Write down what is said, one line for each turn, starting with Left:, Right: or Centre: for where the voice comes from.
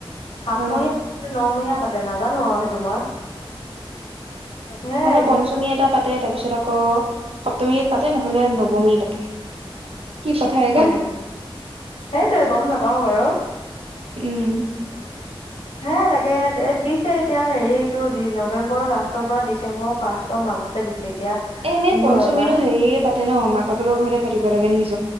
Left: সাতমহীয়া
Right: অ
Left: নমহীয়া পাতে নাজানো আৰু সেইটো মই সেয়াই
Right: মানে
Left: এতিয়া
Right: পঞ্চমী এটা পা পাতে তাৰ পিছত আকৌ সপ্তমী পাতে নহলে নৱমী পাতে। কি কথা একা
Left: উম সেইটোৱে গম নাপাও বাৰু।
Right: উম
Left: হে তাকে দে দিছে এতিয়া হেৰিটো নৱেম্বৰৰ লাষ্টৰ পৰা ডিচেম্বৰৰ ফাৰ্ষ্টৰ মাজতে দিছে। এতিয়া
Right: এনেই
Left: কি
Right: পঞ্চমীতো
Left: হয় বা
Right: হেৰিয়ে পাতে ন মাক বেকৰ ঘৰে পাতিব লাগে নিজ